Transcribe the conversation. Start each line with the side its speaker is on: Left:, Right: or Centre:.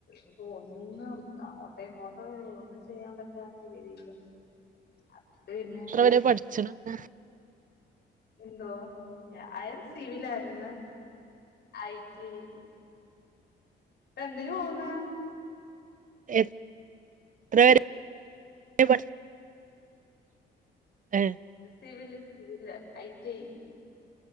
Left: അപ്പം ഒന്നും അങ്ങോട്ടും ഇങ്ങോട്ടും ഒന്നും ചെയ്യാൻ പറ്റാത്ത രീതിയിലാ അതോണ്ട് പിന്നെ
Right: എവുടെ പഠിച്ചണ് ഒക്കെ
Left: എന്തോ ഞാൻ സിവിലായിരുന്നു ഐ ടി ഐ ഇപ്പം എന്തിന് പോവുന്നേ
Right: എത്ര വരെ പഠിച്ചു ഏ
Left: സിവില് സിവില് ഐ ടിഐ